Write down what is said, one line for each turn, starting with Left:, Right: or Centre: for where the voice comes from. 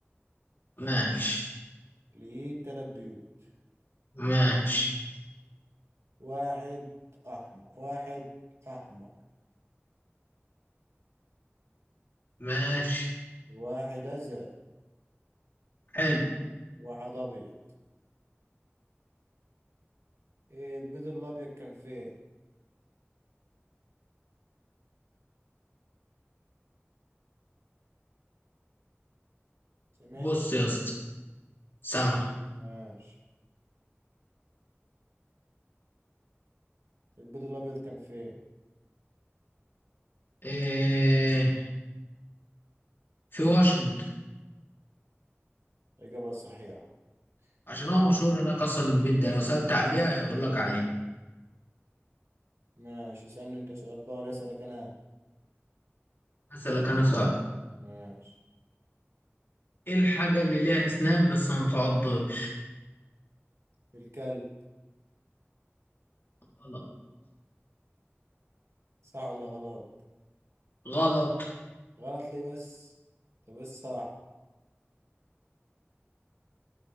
Left: ماشي
Right: لقيت تلات بيوت
Left: ماشي
Right: واحد أحمر واحد أحمر
Left: ماشي
Right: واحد ازرق
Left: حلو
Right: واحد ابيض إيه البيض الابيض كان فين سامعني
Left: بص يا اسطى سامع
Right: ماشي البيض الابيض كان فين
Left: إيه في واشنطن
Right: اجابه صحيحه
Left: عشان
Right: تقول
Left: هو مشهور
Right: لك
Left: هناك اصلا البيت ده لو سألت عليها يقول لك عليه
Right: ماشي سألني انت سؤال بقى ولا اسالك انا
Left: هسألك انا سؤال
Right: ماشي
Left: ايه الحاجة اللي ليها اسنان بس ما بتعضش
Right: الكلب
Left: غلط
Right: صح ولا غلط
Left: غلط
Right: غلط ليه بس طب بس صح